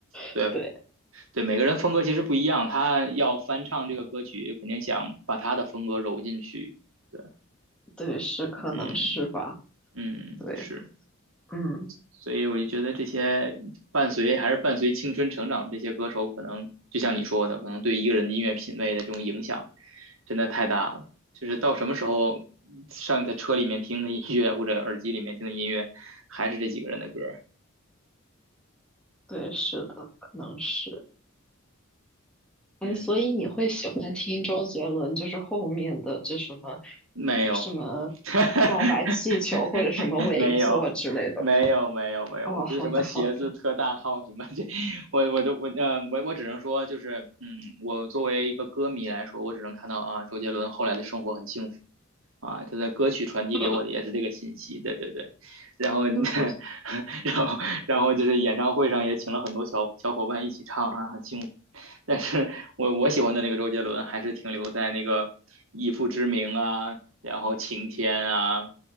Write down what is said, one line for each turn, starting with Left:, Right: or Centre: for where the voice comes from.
Right: 对
Centre: 对
Right: 对，每个人风格其实不一样，他要翻唱这个歌曲，肯定想把他的风格揉进去，对，
Centre: 对是可能是吧，
Right: 嗯嗯是。
Centre: 对嗯
Right: 所以我就觉得这些伴随还是伴随青春成长的这些歌手，可能就像你说的，可能对一个人的音乐品味的这种影响真的太大了。就是到什么时候上在车里面听的音乐，或者耳机里面听的音乐，还是这几个人的歌
Centre: 对是的可能是。哎，
Right: 嗯，
Centre: 所以你会喜欢听周杰伦，就是后面的这什么
Right: 没有，
Centre: 什么
Right: <laughs>
Centre: 告白气球或者什么尾作之类的吗？
Right: 没有，没有，没有，没有。
Centre: 哦，
Right: 我觉得什么鞋子特大号什么这，
Centre: 好的好的，
Right: 我我都我呃我我只能说就是嗯，我作为一个歌迷来说，我只能看到啊，周杰伦后来的生活很幸福。啊，他的歌曲传递给我的也是这个信息，
Centre: <laughs>
Right: 对对对。然后，<laughs>
Centre: 真互
Right: 然后，然后就是演唱会上也请了很多小小伙伴一起唱啊，很幸福。但是我我喜欢的那个周杰伦还是停留在那个以父之名啊，然后晴天啊，